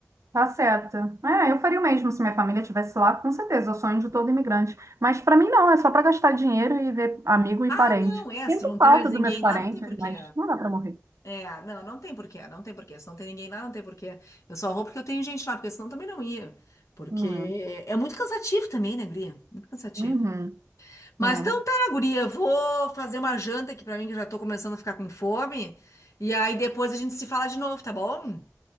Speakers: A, on the right; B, on the left.
A: Tá certo. É, eu faria o mesmo se minha família estivesse lá, com certeza, é o sonho de todo imigrante. Mas para mim não, é só para gastar dinheiro e ver amigo e
B: Ah,
A: parente.
B: não, é,
A: Sinto
B: se tu não tem
A: falta
B: mais ninguém
A: dos meus parentes,
B: lá, não tem porquê.
A: mas não dá para morrer.
B: É, não, não tem porquê, não tem porquê. Se não tem ninguém lá, não tem porquê. Eu só vou porque eu tenho gente lá, porque senão também não ia. Porque
A: Hum,
B: é é muito cansativo também, né, guria? Muito cansativo.
A: uhum,
B: Mas
A: é.
B: então tá, guria, vou fazer uma janta aqui pra mim, que eu já tô começando a ficar com fome. E aí depois a gente se fala de novo, tá bom?